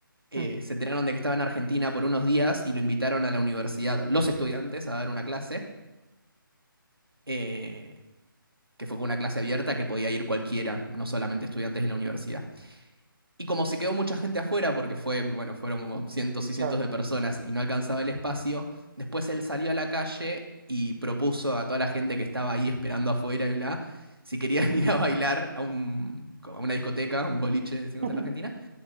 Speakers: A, on the right (about 90°); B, on the right (about 30°).
A: Eh,
B: mm,
A: se enteraron de que estaba en Argentina por unos días y lo invitaron a la universidad, los estudiantes, a dar una clase, eh, que fue con una clase abierta que podía ir cualquiera, no solamente estudiantes de la universidad. Y como se quedó mucha gente afuera, porque fue, bueno, fueron como cientos y
B: claro.
A: cientos de personas y no alcanzaba el espacio, después él salió a la calle y propuso a toda la gente que estaba ahí esperando afuera y bla, si querían <laughs> ir a bailar a, un, a una discoteca, un boliche, decimos
B: <laughs>
A: en Argentina,